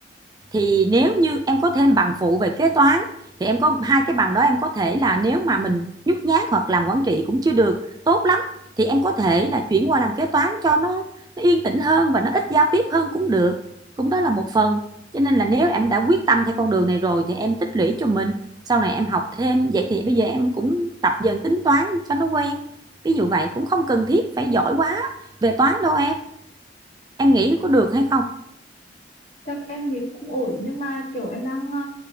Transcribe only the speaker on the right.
thì nếu như em có thêm bằng phụ về kế toán thì em có hai cái bằng đó em có thể là nếu mà mình nhút nhát hoặc làm quản trị cũng chưa được tốt lắm thì em có thể là chuyển qua làm kế toán cho nó, nó yên tĩnh hơn và nó ít giao tiếp hơn cũng được. Cũng đó là một phần. Cho nên là nếu em đã quyết tâm theo con đường này rồi thì em tích lũy cho mình. Sau này em học thêm vậy thì bây giờ em cũng tập dần tính toán cho nó quen. Ví dụ vậy cũng không cần thiết phải giỏi quá về toán đâu em. Em nghĩ có được hay không?